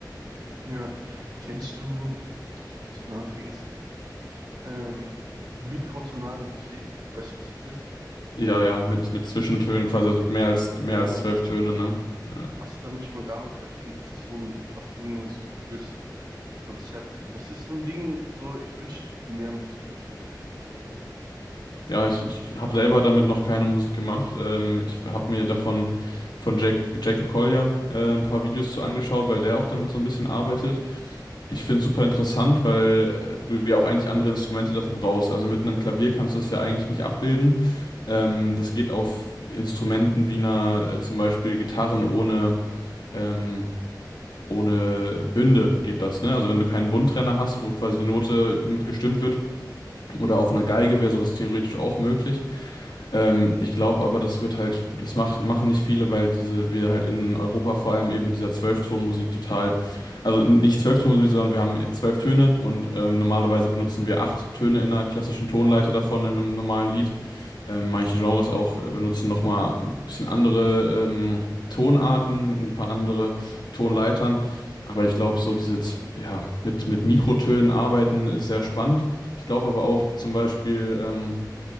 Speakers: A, on the right; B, on the left.
A: Ja, kennst du, ich habe jetzt den Namen vergessen, ähm, mikrotonale Musik, weißt du, was das ist?
B: Ja, ja, mit, mit Zwischentönen quasi, also mehr als mehr
A: Ja,
B: als zwölf
A: ja,
B: Töne,
A: genau.
B: ne? Ja,
A: Hast du damit schon mal gearbeitet? Weil ich finde, das ist so ein faszinierendes und cooles Konzept. Und das ist so ein Ding, so ich wünschte, viel mehr Musiker würden damit experimentieren.
B: Ja, ich, ich habe selber damit noch keine Musik gemacht. Ähm, ich habe mir davon von Jack, Jacob Collier äh, ein paar Videos zu angeschaut, weil der auch damit so ein bisschen arbeitet. Ich finde es super interessant, weil äh, du ja auch eigentlich andere Instrumente dafür brauchst. Also mit einem Klavier kannst du das ja eigentlich nicht abbilden. Ähm, das geht auf Instrumenten wie einer, äh, zum Beispiel Gitarren ohne, ähm, ohne Bünde geht das, ne? Also wenn du keinen Bundtrenner hast, wo quasi die Note mitgestimmt wird, oder auf einer Geige wäre sowas theoretisch auch möglich. Ähm, ich glaube aber, das wird halt, das macht, machen nicht viele, weil diese, wir halt in Europa vor allem eben mit dieser Zwölftonmusik total, also nicht Zwölftonmusik, sondern wir haben zwölf Töne und ähm, normalerweise benutzen wir acht Töne in einer klassischen Tonleiter davon in einem normalen Lied. Ähm, manche Genres auch äh, benutzen nochmal ein bisschen andere ähm, Tonarten, ein paar andere Tonleitern. Aber ich glaube, so diese, z- ja, mit, mit Mikrotönen arbeiten ist sehr spannend. Ich glaube aber auch zum Beispiel, ähm,